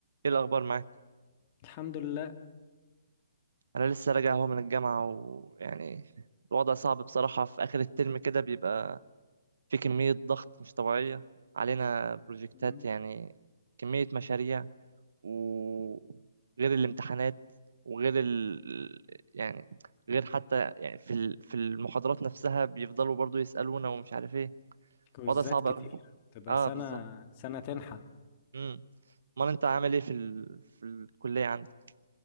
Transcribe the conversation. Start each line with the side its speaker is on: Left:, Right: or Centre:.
Right: ايه الاخبار معاك
Left: الحمد لله
Right: انا لسه راجع اهو من الجامعه ويعني الوضع صعب بصراحه في اخر الترم كده بيبقى في كميه ضغط مش طبيعيه علينا بروجكتات
Left: مم.
Right: يعني كميه مشاريع وغير الامتحانات وغير ال... يعني غير حتى يعني في ال... في المحاضرات نفسها بيفضلوا برضو يسالونا ومش عارف ايه
Left: كويزات
Right: وضع صعب
Left: كتير
Right: قوي
Left: تبقى
Right: اه
Left: سنة
Right: بالظبط
Left: سنة تنحى
Right: امم امال انت عامل ايه في ال... في الكليه عندك